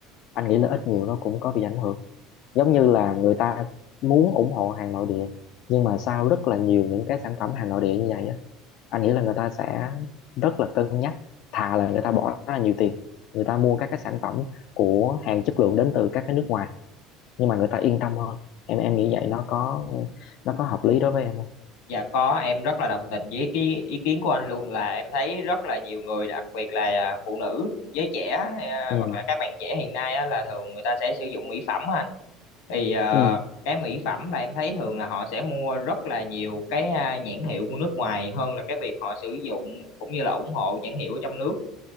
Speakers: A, on the left (about 50°); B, on the left (about 80°).
A: anh nghĩ là ít nhiều nó cũng có bị ảnh hưởng giống như là người ta muốn ủng hộ hàng nội địa nhưng mà sau rất là nhiều những cái sản phẩm hàng nội địa như vậy á anh nghĩ là người ta sẽ rất là cân nhắc thà là người ta bỏ ra nhiều tiền người ta mua các cái sản phẩm của hàng chất lượng đến từ các cái nước ngoài nhưng mà người ta yên tâm hơn em em nghĩ vậy nó có nó có hợp lý đối với em không
B: Dạ có, em rất là đồng tình với cái ý kiến của anh luôn là em thấy rất là nhiều người đặc biệt là à, phụ nữ, giới trẻ à,
A: ừ
B: hoặc là các bạn trẻ hiện nay á, là thường người ta sẽ sử dụng mỹ phẩm á anh. Thì à,
A: ừ
B: cái mỹ phẩm là em thấy thường là họ sẽ mua rất là nhiều cái à, nhãn hiệu của nước ngoài hơn là cái việc họ sử dụng cũng như là ủng hộ nhãn hiệu ở trong nước